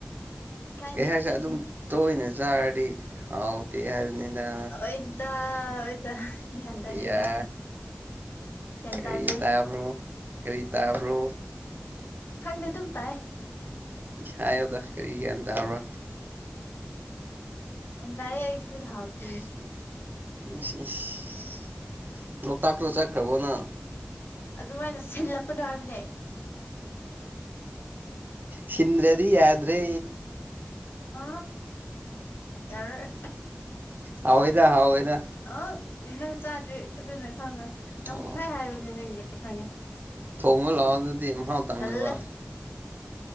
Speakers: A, on the left; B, on the right.
A: ꯏꯀꯥꯏꯗꯦ
B: <unintelligible>
A: ꯏꯀꯥꯏꯗꯦ
B: ꯑꯗꯨꯝ ꯇꯣꯏꯅ ꯆꯥꯔꯗꯤ ꯍꯥꯎ ꯇ ꯍꯥꯏꯕꯗ
A: ꯑꯣꯏꯗ ꯑꯣꯏꯗ ꯒ꯭ꯌꯥꯟ ꯇꯥꯏꯗ
B: ꯏꯌꯥ
A: ꯒ꯭ꯌꯥꯟ
B: ꯀꯔꯤ
A: ꯇꯥꯖꯩ
B: ꯇꯥꯕ꯭ꯔꯣ ꯀꯔꯤ ꯇꯥꯕ꯭ꯔꯣ
A: ꯈꯪꯗꯦ ꯑꯗꯨꯝ ꯇꯥꯏꯑꯦ
B: ꯏꯁ ꯍꯥꯏꯌꯣꯗ ꯀꯔꯤ ꯒꯌꯥꯟ ꯇꯧꯕ꯭ꯔꯣ
A: <unintelligible>
B: ꯏꯁ ꯏꯁ ꯂꯣꯛꯇꯥꯛꯇꯣ ꯆꯠꯈꯔꯕꯣ ꯅꯪ
A: ꯑꯗꯨꯃꯥꯏꯅ ꯁꯤꯜꯂꯛꯄꯅꯣ ꯍꯥꯏꯕꯅꯦ
B: ꯁꯤꯟꯔꯗꯤ ꯌꯥꯗ꯭ꯔꯦ
A: ꯑ ꯌꯥꯔꯣꯢ
B: ꯍꯥꯎꯋꯦꯗ ꯍꯥꯎꯋꯦꯗ
A: ꯑꯪ ꯅꯪ ꯆꯥꯗ꯭ꯔꯤ ꯑꯗꯨꯅ ꯈꯪꯉꯣꯏ ꯅꯪ
B: ꯑꯣ
A: ꯄꯣꯛꯈꯥꯏ ꯍꯥꯏꯕꯅꯤ ꯅꯪꯗ ꯈꯪꯉꯦ
B: ꯊꯣꯡꯉꯣ ꯂꯥꯛꯑꯣ ꯑꯗꯨꯗꯤ ꯃꯍꯥꯎ ꯇꯥꯡꯅꯕ
A: ꯇꯜꯂꯦ